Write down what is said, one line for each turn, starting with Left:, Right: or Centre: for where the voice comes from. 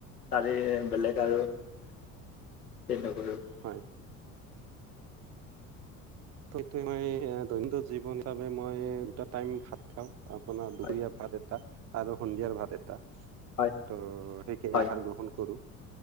Left: তাৰে বেলেগ আৰু তে নকৰো
Right: হয় স মই দৈনন্দিন জীৱন হিচাপে মই দুটা টাইম ভাত খাও আপোনাৰ দুপৰীয়াৰ
Left: হয়
Right: ভাত এটা আৰু সন্ধিয়াৰ ভাত এটা
Left: হয়
Right: ত সেইখিনি
Left: হয়
Right: আহাৰ গ্ৰহণ কৰো